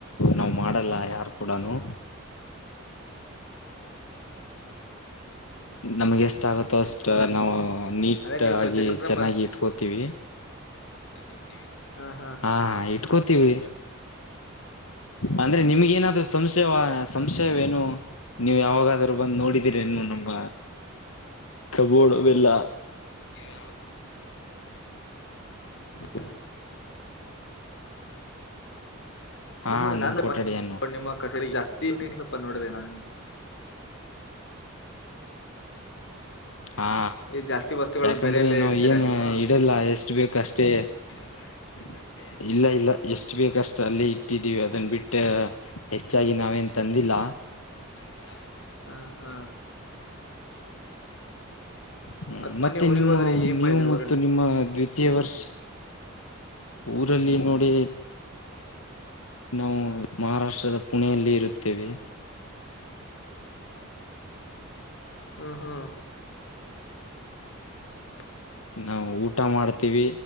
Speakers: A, on the left; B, on the left.
A: ನಾವು ಮಾಡಲ್ಲ ಯಾರು ಕೂಡನೂ ನಮ್ಗೆ ಎಷ್ಟು ಆಗುತ್ತೋ ಅಷ್ಟು ನಾವು ನೀಟ್
B: ಅದೇ ನೀವು ಸ್ವಚ್ಛ
A: ಆಗಿ
B: ಇಟ್ಕೊಂಡ್ರೆ
A: ಚೆನ್ನಾಗಿ ಇಟ್ಕೋತೀವಿ.
B: ಹಾಕತ್ತಿವಿ ಹಾ ಹಾ
A: ಹಾ ಹಾ ಇಟ್ಕೋತಿವಿ. ಅಂದ್ರೆ ನಿಮಗೆ ಏನಾದ್ರು ಸಂಶಯವ ಸಂಶಯವೇನು. ನೀವು ಯಾವಾಗಾದ್ರೂ ಬಂದು ನೋಡಿದೀರೇನ್ನೋ ನಮ್ಮ ಕಬೋಡೆಲ್ಲ.
B: ನೀವು ಯಾವ ಡ
A: ಹಾ
B: ನಿಮ
A: ನಮ್
B: ನಾನು
A: ಕೊಠಡಿಯನ್ನು
B: ಮತ್ತ್ ನಿಮ್ಮ ಕ ಜಾಸ್ತಿ <unintelligible> ನೋಡದೇ ನಾನು
A: ಹಾ
B: ಈ ಜಾಸ್ತಿ ವಸ್ತುಗಳು
A: ಯಾಕಂದ್ರೆ
B: ಬೇರೆ ಎಲ್ಲ
A: ಇನ್ನು
B: ಇಡ್ತೀರಾ
A: ಏನ್
B: ನೀವು
A: ಇಡಲ್ಲ ಎಷ್ಟು ಬೇಕು ಅಷ್ಟೇ.
B: ಹ ಎಷ್ಟು ಬೇಕು ಅಷ್ಟೇ
A: ಇಲ್ಲ ಇಲ್ಲ ಎಷ್ಟು ಬೇಕಷ್ಟು ಅಲ್ಲೇ ಇಟ್ಟಿದ್ದೀವಿ ಅದನ್ನ ಬಿಟ್ಟು ಹೆಚ್ಚಾಗಿ ನಾವೇನು ತಂದಿಲ್ಲ.
B: ಇಲ್ಲ ಹಾ ಹಾ
A: ಹ್ಮ
B: ಮತ್ ಮೊನ್ನೆ
A: ಮತ್ತೆ
B: ಊರಿಗೆ
A: ನಿಮ್ಮ
B: ಹೋದರೆ ಏನ್
A: ನೀವು
B: ಮಾಡಿದ್ರ
A: ಮತ್ತು
B: ಊರಲ್ಲಿ
A: ನಿಮ್ಮ ದ್ವಿತೀಯ ವರ್ಷ. ಊರಲ್ಲಿ ನೋಡಿ. ನಾವು ಮಹಾರಾಷ್ಟ್ರದ ಪುಣೆಯಲ್ಲಿ ಇರುತ್ತೇವೆ.
B: ಹ್ಮ್ ಹ್ಮ್ <inaudible>
A: ನಾವು ಊಟ ಮಾಡ್ತೀವಿ.